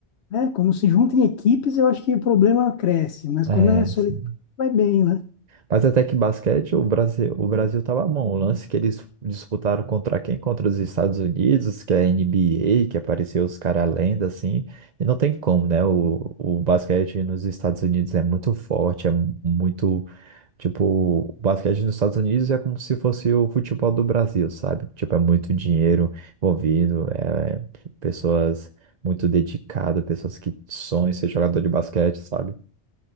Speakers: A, on the left; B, on the right.
A: né, quando se junta em equipes, eu acho que o problema cresce, mas
B: É,
A: quando é solitário,
B: sim.
A: vai bem, né?
B: Mas até que basquete, o Brasil, o Brasil tava bom. O lance que eles disputaram contra quem? Contra os Estados Unidos, que é NBA, que apareceu os caras lenda, assim. E não tem como, né? O, o basquete nos Estados Unidos é muito forte, é muito. Tipo, o basquete nos Estados Unidos é como se fosse o futebol do Brasil, sabe? Tipo, é muito dinheiro envolvido, é pessoas muito dedicadas, pessoas que sonham em ser jogador de basquete, sabe?